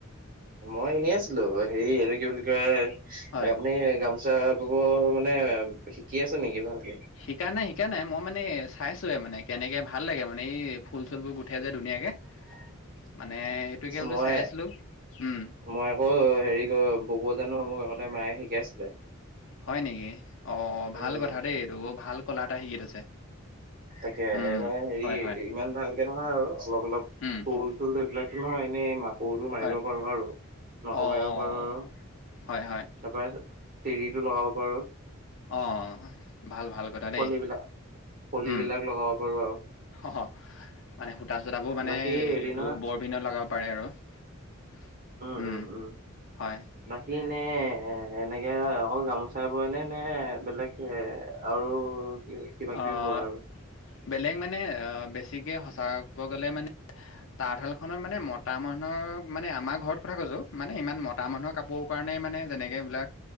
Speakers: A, on the right (about 45°); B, on the left (about 65°).
A: মই এনেই আছিলো। হেৰি এইটো কি বুলি কয়
B: হয়
A: আপুনি গামোছা। গামোছা বব মানে শিকি আছে নেকি ভালকে?
B: শিকা নাই শিকা নাই মই মানে চাইছোৱে মানে কেনেকে ভাল লাগে মানে এই ফুল চুলবোৰ গুঠে যে ধুনীয়াকে।
A: <inaudible>
B: মানে সেইটোকে বোলো
A: মই
B: চাই আছিলো, উম
A: মই আকৌ হেৰি কৰ বব জানো মোক আগতে মায়ে শিকাইছিলে।
B: হয় নেকি অ'
A: উম,
B: ভাল কথা দেই এইটো ভাল কলা এটা শিকি থৈছে।
A: তাকে
B: উম,
A: মানে হেৰি
B: হয় হয়
A: ইমান ভালকে নহয় আৰু অলপ অলপ
B: উম,
A: ফুল <inaudible> কৰুটো মাৰিব
B: হয়
A: পাৰো আৰু মাকো
B: অঁ
A: মাৰিব পাৰো আৰু
B: হয় হয়
A: তাৰ পৰা তেৰিতটো লগাব পাৰো।
B: অ' ভাল ভাল কথা
A: ফলিবিলাক
B: দেই।
A: পুলিবিলাক
B: উম,
A: লগাব পাৰো আৰু
B: অ' মানে সূতা- চূতাবোৰ মানে
A: বাকী হেৰি
B: এইটো
A: নহয়
B: বৰ বিনত লগাব পাৰে আৰু উম
A: উম উম উম
B: হয়
A: বাকী এনে এনেকে অকল গামোচাই বইনে নে বেলেগে আৰু কিবা কিবি
B: অহ
A: বয় আৰু
B: বেলেগ মানে বেছিকে সঁচাকে কব গলে মানে তাঁতখাল খন মানে মতা মানুহক মানে আমাৰ ঘৰত কথা কৈছো মানে ইমান মতা মানুহৰ কাপোৰ কাৰণে মানে, যেনেকে এইবিলাক